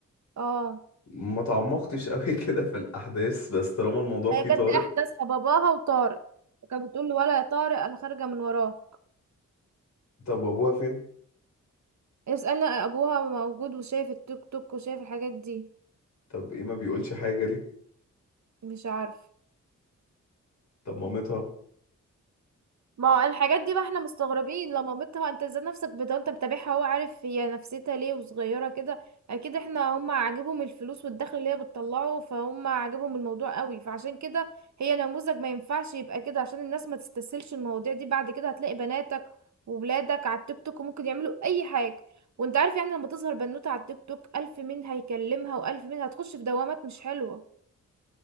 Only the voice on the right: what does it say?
اه
هي كانت
دي احداثها باباها وطارق كانت بتقول له ولا يا طارق انا خارجه من وراه
اسألنا ابوها موجود وشايف التيك توك وشايف الحاجات دي
مش عارف
ما هو الحاجات دي بقى احنا مستغربين لما مامتها انت ازاي نفسك بتاع انت متابعها هو عارف هي نفسيتها ليه وصغيرة كده اكيد احنا هم عاجبهم الفلوس والدخل اللي هي بتطلعه فهم عاجبهم الموضوع قوي فعشان كده هي نموذج ما ينفعش يبقى كده عشان الناس ما تستسهلش المواضيع دي بعد كده هتلاقي بناتك وولادك على التيك توك وممكن يعملوا اي حاجة وانت عارف يعني لما تظهر بنوتة على التيك توك الف مين هيكلمها والف مين هتخش في دوامات مش حلوة